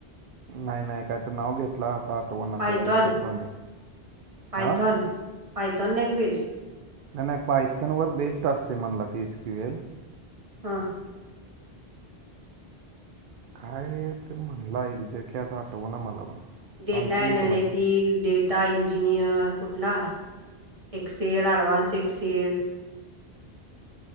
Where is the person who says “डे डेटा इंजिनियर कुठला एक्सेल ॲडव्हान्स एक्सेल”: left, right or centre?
Right